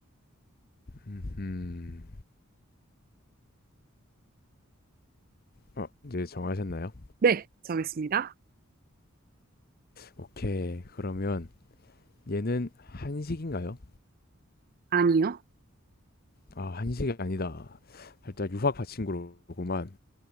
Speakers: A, on the left; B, on the right.
A: 음, 어, 이제 정하셨나요?
B: 네 정했습니다.
A: 오케이, 그러면, 얘는 한식인가요?
B: 아니요.
A: 아, 한식이 아니다. 살짝 유학 파친구로구만.